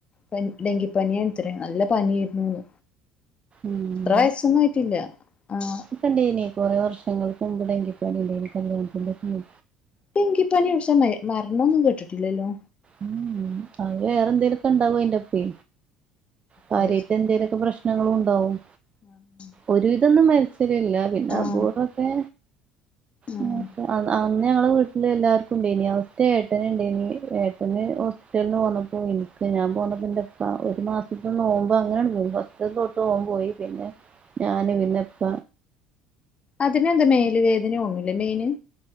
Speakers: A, on the left; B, on the right.
A: പനി ഡെങ്കിപ്പനിയാത്ര നല്ല പനിയിരുന്നുന്ന്
B: ഉം
A: ത്ര വയസൊന്നും ആയിട്ടില്ല ആഹ്
B: ഇൻക്ക് ണ്ടയ്നി കൊറെ വർഷങ്ങൾക്ക്മുമ്പ് ടങ്കിപനിണ്ടയിനി കല്യാത്തിന്റെക്കെ മു
A: ഡെങ്കിപനിട്ഷാ മര് മരണോന്നും കേട്ട്ട്ട്ല്ലല്ലോ
B: ഉം അത് വേറെ എന്തേലുക്കെ ണ്ടാവുയിന്റെപ്പേ കാര്യയ്ട്ട്
A: അതെ
B: എന്തേലുക്കെ പ്രശ്നങ്ങളുണ്ടാവും
A: <unintelligible>
B: ഒരു വിധതൊന്നും മരിച്ചലില്ല പിന്നെ
A: ആഹ്
B: അബൂർവൊക്കെ
A: ആഹ്
B: ന്നൊ ക്കെ അന്ന അന്ന് ഞങ്ങളെ വീട്ടിലെ എല്ലാർക്കു ണ്ടയിനി അവ്ട്ത്തെ ഏട്ടൻണ്ടയ്നി ഏട്ടന് ഹോ റ്റൽന്ന് പോന്നപ്പോ ഇൻക്ക് ഞാൻ പോന്നപ്പോ എന്റെപ്പ ഒരു മാസ് ന്ന് പ്പം നോമ്പ് അങ്ങനണ്ട് പൊയി ഫസ്റ്റ് തെട്ട് ഓൻ മ്പോയി പിന്നെ ഞാൻ പിന്നെ ഇപ്പ
A: അതിനന്താ മേല് വേദഒന്ന്ലെ മെന്